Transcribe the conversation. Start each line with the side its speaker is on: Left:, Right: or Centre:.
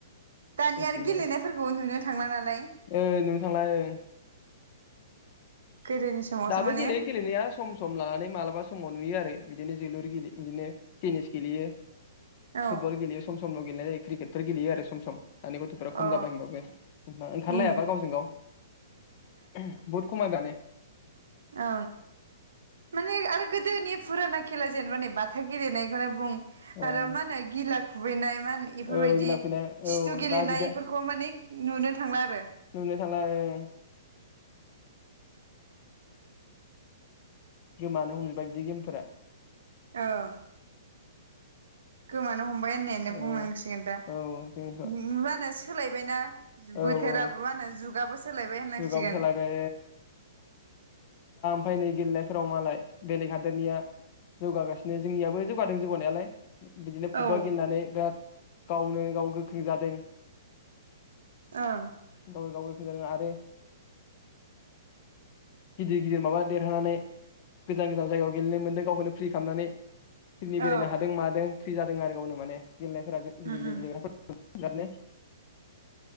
Right: दानि
Left: बिदिनो
Right: आरो गेलेनायफोरखौ नुनो थांला नालाय।
Left: ओ नुनो थांला ओं
Right: गोदोनि समावसो
Left: दाबो
Right: माने
Left: गेलेयो गेलेनाया सम सम लानानै मालाबा समाव नुयो आरो बिदिनो जोलुर गेलेयो इदिनो टेनिस गेलेयो।
Right: औ
Left: फुटबल गेलेयो सम स सम गेलेनाय क्रिटफोर गेलेयो आरो सम सम दानि गथ'फोरा खम
Right: अ
Left: जाबाय होमबाबो ओंखारलायाबा
Right: उम
Left: गावजों गाव बहुद खमायबाय माने
Right: औ। माने आरो गोदोनि फुराना खेला जेनेबा नै बाथा गेलेनायखौनो बुं
Left: ओं
Right: आरो मा होनो, गिला खुबैनाय मा होनो इफोरबायदि
Left: औ गिला फैनाय
Right: खिथु
Left: औ
Right: गेलेनाय
Left: दा बिदि
Right: बेफोरखौ माने नुनो थांला आरो
Left: नुनो थांला ओं गोमानो हमबाय बिदि गेम फोरा
Right: औ गोमानो हम बाय होननायानो
Left: औ
Right: बुंनांसिगोन दा।
Left: औ जोंनिखौ
Right: माहोनो सै सोलायबायना
Left: औ
Right: बोथोराबो
Left: औ
Right: मा होनो जुगाबो सोलायबाय होननांसिगोन।
Left: जुगाबो सोलायबाय फैनाय गेलेनायफोराव मालाय बेलेग हादोरनिया जौगागासिनो जोंनियाबो जौगादों जौगानायालाय बिदिनो फुटबल
Right: औ
Left: गेलेनानै बिराद गावनो गाव गोख्रों जादों।
Right: ओं
Left: <unintelligible> आरो गिदिर गिदिर माबा देरहानानै गोजान गोजान जायगायाव गेलेनो मोन्दों गावखौनो फ्रि खालामनानै <unintelligible>
Right: औ
Left: गेलेनो हादों मादों। फ्रि जादों आरो गावनो माने गेलेनायफोरा गिदिर
Right: उम
Left: गिदिर
Right: उम
Left: गेलेग्रा <unintelligible>